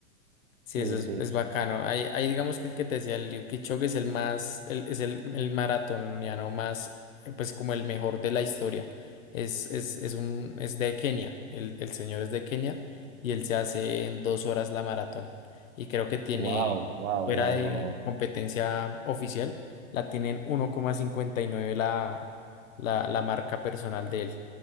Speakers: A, on the left; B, on the right.
A: Sí,
B: Sí,
A: eso es,
B: sí.
A: es bacano. Ahí, ahí digamos que el que te decía, el Liu Kipchoge es el más, el- es el, el maratoniano más, eh, pues como el mejor de la historia. Es, es, es un, es de Kenia, el, el señor es de Kenia y él se hace en dos horas la maratón. Y creo que tiene,
B: Wow, wow,
A: fuera
B: wow,
A: de
B: wow,
A: competencia oficial, la tienen uno coma cincuenta y nueve la, la, la marca personal de él.